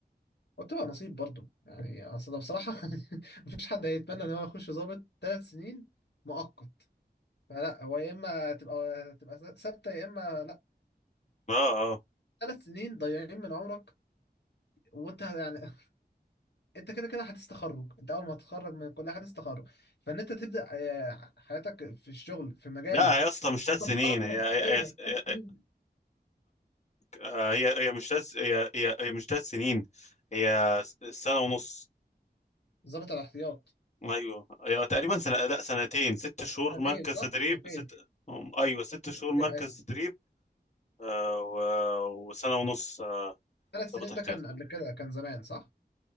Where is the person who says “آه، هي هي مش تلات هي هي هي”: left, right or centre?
Left